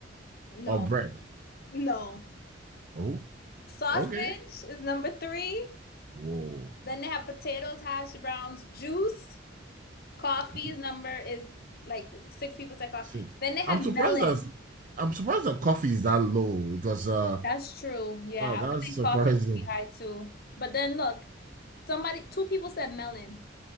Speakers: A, on the right (about 45°); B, on the left (about 50°).
A: or
B: No,
A: bread?
B: no.
A: Oh,
B: Sausage
A: okay.
B: is number three.
A: Whoa.
B: Then they have potatoes, hash browns, juice, coffee
A: Two,
B: is number is like six people said coffee.
A: six.
B: Then they have
A: I'm
B: melon.
A: surprised that I'm surprised that coffee is that low because uh
B: That's true. Yeah,
A: Oh,
B: I
A: that's
B: would think
A: surprising.
B: coffee would be high too. But then look, somebody, two people said melon.